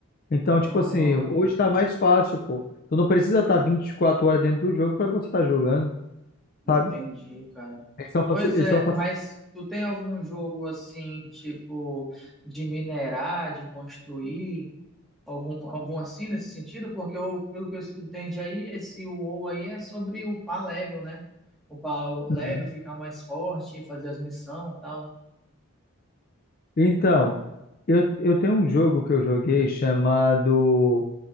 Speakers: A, on the left (about 40°); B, in the centre.
A: Então, tipo
B: Aham.
A: assim, hoje tá mais fácil, pô. Tu não precisa estar 24 horas dentro do jogo pra você estar jogando,
B: Entendi,
A: sabe?
B: cara.
A: Eles estão facil...
B: Pois
A: eles
B: é,
A: estão
B: mas tu tem algum jogo assim, tipo, de minerar, de construir, algum, algum assim nesse sentido? Porque eu, pelo que eu entendi aí, esse WoW aí é sobre upar level, né? Upar o
A: facil...
B: level, ficar mais forte, fazer as missões e tal.
A: Então, eu, eu tenho um jogo que eu joguei chamado